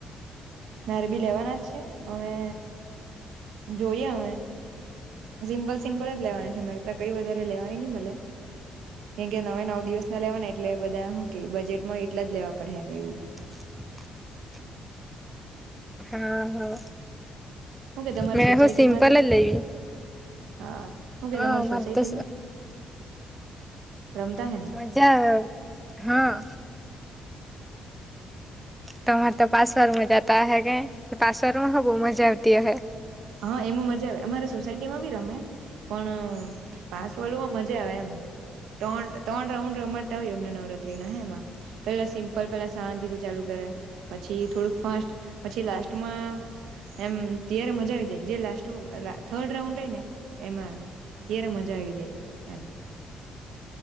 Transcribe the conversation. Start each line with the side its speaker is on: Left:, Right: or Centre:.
Right: મારે બી લેવાના જ છે અમે જોઈએ અમે સિમ્પલ સિમ્પલ જ લેવાની છે મારે તો કઈ વધારે લેવાની નહી મલે કેમ કે નવે નવ દિવસ ના લેવાના એટલે બધા હું કે બજેટમાં એટલા જ લેવા પડે એમ એવું
Centre: <inaudible> હા
Right: હું કે તમારી
Centre: મેં
Right: સોસાયટી
Centre: હું સિમ્પલ
Right: માં ત
Centre: જ લેવી
Right: હા શું કે
Centre: હા
Right: તમારી
Centre: અમારે
Right: સોસાયટીમાં
Centre: તો
Right: રમતા હે ને
Centre: મજા હા તમારે તો પાસવારમાં જતા હે કે પાસવારમાં હ બ મજા આવતી હ
Right: હા એમ મજા આવે અમારે સોસાયટી માં બી રમે પણ પાસ વાળુંમાં મજા આવે એમ ત્રણ ત્રણ રાઉન્ડ રમાતા હોય એમને નવરાત્રી ના હ એમાં પેલા સિમ્પલ પેલા શાંતિ થી ચાલુ કર પછી થોડુંક ફાસ પછી લાસ્ટમાં એમ ત્યારે મજા આવી જે લાસ થર્ડ રાઉન્ડય ને એમાં ત્યારે મજા આવી જાય એમ